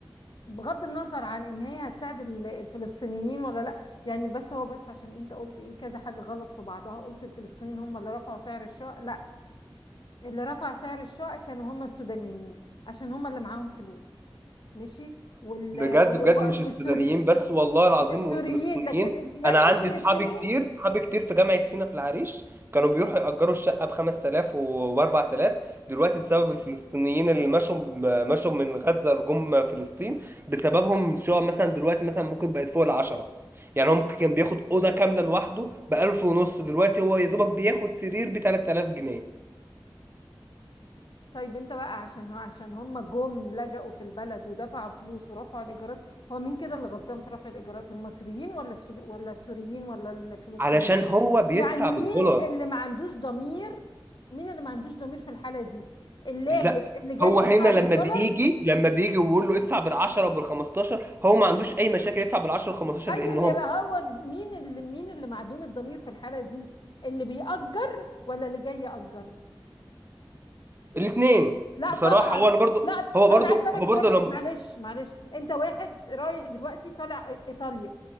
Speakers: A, on the left; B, on the right.
A: بغض النظر عن ان هي هتساعد ال- الفلسطينيين ولا لا يعني بس هو بس عشان انت قلت ايه كذا حاجة غلط في بعضها قلت الفلسطينيين هم اللي رفعوا سعر الشقق لا اللي رفع سعر الشقق كانوا هم السودانيين عشان هم اللي معاهم فلوس ماشي وال...
B: بجد
A: و...
B: بجد
A: و...
B: مش السودانيين
A: والسوري
B: بس والله العظيم
A: والسوريين
B: والفلسطينيين
A: لكن ال- يا
B: انا
A: ابني
B: عندي
A: الفلسطينيين
B: اصحابي كتير اصحابي كتير في جامعة سينا في العريش كانوا بيروحوا يأجروا الشقة ب 5000 و 4000 دلوقتي بسبب الفلسطينيين اللي مشوا مشوا من غزة جم فلسطين بسببهم شقق مثلا دلوقتي مثلا ممكن بقت فوق العشرة يعني هم كان بياخد أوضة كاملة لوحده ب 1000 ونص دلوقتي هو يا دوبك بياخد سرير ب 3000 جنيه
A: طيب انت بقى عشان عشان هم جم لجأوا في البلد ودفعوا فلوس ورفعوا الايجارات هو مين كده اللي غلطان في رفع الايجارات المصريين ولا السود... ولا السوريين ولا الفلسطينيين
B: علشان هو بيدفع
A: يعني
B: بالدولار
A: مين اللي ما عندوش ضمير مين اللي ما عندوش ضمير في الحالة دي اللاجئ
B: لا
A: اللي جاي
B: هو
A: يدفع
B: هنا لما
A: بالدولار
B: بيجي لما بيجي ويقول له ادفع بال10 وبال15 هو ما عندوش اي مشاكل يدفع بال10 وال15
A: طيب
B: لان هو
A: يبقى هو د- مين اللي مين اللي معدوم الضمير في الحالة دي اللي بيأجر ولا اللي جاي يأجر
B: الاثنين
A: لا
B: بصراحه
A: طبعا
B: هو انا برضو
A: لا
B: هو برضو
A: انا عايز اسالك
B: هو
A: سؤال
B: برضو لما
A: معلش معلش انت واحد رايح دلوقتي طالع إي- ايطاليا